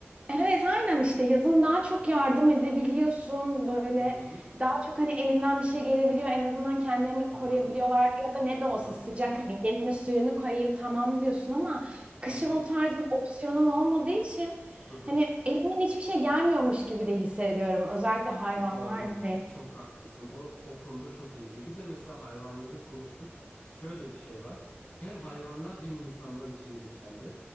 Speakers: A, on the right (about 25°); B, on the left (about 45°).
A: Evet aynen işte yazın daha çok yardım edebiliyorsun böyle
B: Hı hı.
A: daha çok hani elinden bir şey gelebiliyor en azından kendilerini
B: Hı
A: koruyabiliyorlar
B: hı.
A: ya da ne de olsa
B: Hı hı.
A: sıcak hani yemini suyunu koyayım tamam diyorsun ama kışın
B: Hı hı.
A: o tarz bir opsiyonun olmadığı için
B: Hı hı.
A: hani elimden hiçbir şey gelmiyormuş gibi de hissediyorum özellikle hayvanlar
B: Doğru.
A: ne
B: Çok haklısın. O, o konuda çok üzücü. Bir de mesela hayvanları konuştuk. Şöyle bir şey var. Hem hayvanlar hem insanlar için geçerli.